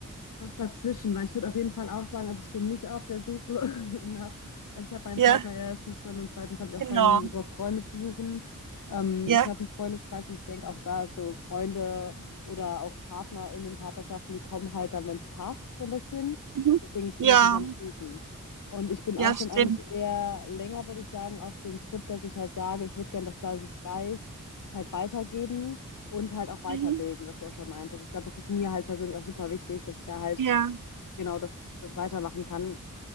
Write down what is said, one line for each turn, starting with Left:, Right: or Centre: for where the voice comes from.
Left: was dazwischen, weil ich würde auf jeden Fall auch sagen, also ich bin nicht auf der Suche <laughs> nach, also ich habe meinen
Right: Ja,
Left: Partner erstens schon und zweitens habe ich auch
Right: genau.
Left: keinen Bock, Freunde zu suchen. Ähm,
Right: Ja.
Left: ich habe einen Freundeskreis und ich denke auch da ist so Freunde oder auch PartnerInnen, Partnerschaften, die kommen halt dann, wenn es passt, so ein bisschen.
Right: Mhm.
Left: Deswegen, ich
Right: Ja,
Left: bin das nicht am Suchen. Und ich bin
Right: ja,
Left: auch schon
Right: stimmt.
Left: eigentlich eher länger, würde ich sagen, auf dem Trip, dass ich halt sage, ich würde gerne das, was ich weiß, halt weitergeben. Und halt auch weiterbilden,
Right: Mhm.
Left: was du auch schon meintest. Ich glaube, das ist mir halt persönlich auch super wichtig, dass ich da halt
Right: Ja,
Left: genau das, das weitermachen kann.